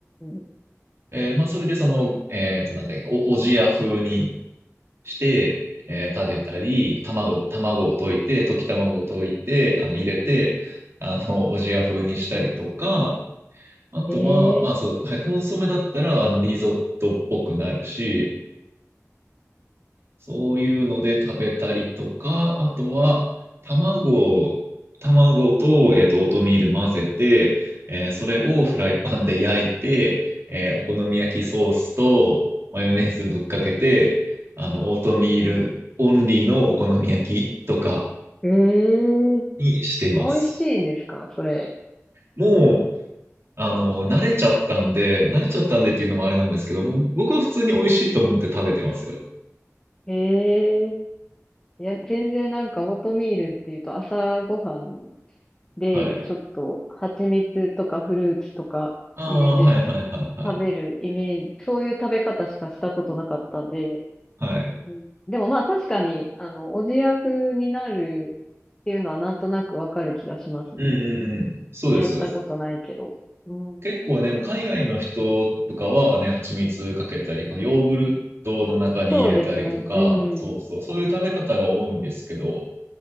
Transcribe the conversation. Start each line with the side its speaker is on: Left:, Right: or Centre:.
Left: ん。
Right: えーまあ、それでその、えーっと、なんだっけ、お、おじや風にして、えー食べたり、卵、卵を溶いて、溶き卵を溶いて、あの、入れて、あの、おじや風にしたりとか、あとは、
Left: え
Right: まあそう、はい、コンソメだったら、あの、リゾットっぽくなるし、そういうので食べたりとか、あとは、卵を、卵と、えっと、オートミール混ぜて、えーそれをフライパンで焼いて、えーお好み焼きソースとマヨネーズぶっかけて、あの、オートミールオンリーのお好み焼きとか
Left: ー、えー、
Right: にしてます。
Left: 美味しいんですかそれ。
Right: もう、あの、慣れちゃったんで、慣れちゃったんでっていうのもあれなんですけども、僕は普通に美味しいと思って食べてますよ。
Left: えー、いや、全然なんかオートミールっていうと朝ごはんで、
Right: はい。
Left: ちょっと蜂蜜とかフルーツとか、
Right: ああ、
Left: 入れて
Right: はいはいはいはい。
Left: 食べるイメージ、そういう食べ方しかしたことなかったんで、
Right: はい。
Left: うんでもまあ確かに、あの、おじや風になるっていうのはなんとなくわかる気がしますね。
Right: うんうんうん。そうです、
Left: やったことないけど。
Right: そうです。
Left: うん、
Right: 結構ね、もう海外の人とかはね、蜂蜜かけたり、このヨーグルトの中に入れたりとか、
Left: そうですね。うん。
Right: そうそう、そういう食べ方が多いんですけど、